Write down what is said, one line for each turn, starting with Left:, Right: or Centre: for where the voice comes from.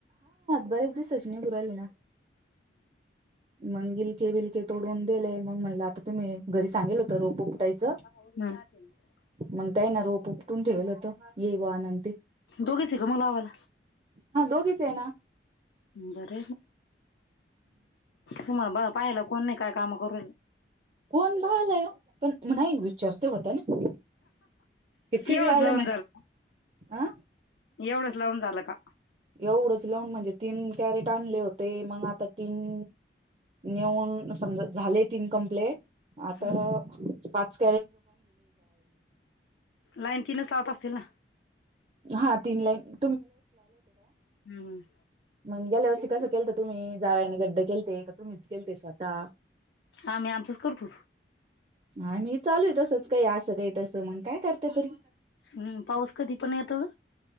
Right: बरेच दिसच निघू राहिले ना मग गिलके बिलके तोडून... य मग म्हणलं आता तुम्ही घरी सांगेल होत रोप उटायचं...
Left: <unintelligible>
Right: मग काही ना रोप उपटून ठेवेल होत येईव आनंती...
Left: दोघ स क मंगलावाल...
Right: हा दोघीचे आहे ना...
Left: बर तुम्हाला पाहिलं कोणी काय काम करू...
Right: कोण भालय पण नाही विचारते होत ना.... कीती
Left: एवढंच
Right: कला आला
Left: लावून
Right: म
Left: झालं
Right: अ...
Left: एवढंच लावून झालं का...
Right: एवढंच लावून म्हणजे तीन कॅरेट आणले होते मग आता तीन.... नेऊन समजा झाले तीन कम्प्लेट.... आता
Left: हम्म
Right: पाच....
Left: लाईन तीनच....
Right: हा तीन लाईन...
Left: हम् हम....
Right: मग गेल्या वर्षी कसं केलतं तुम्ही जावायाने गड्डे केलते का तुमच केलते स्वतः..
Left: आम्ही आमचच करतो.
Right: हा मी चालू आहे तसंच काही असं काही तसं मग काय करता तरी....
Left: हम्म पाऊस कधी पण येतो..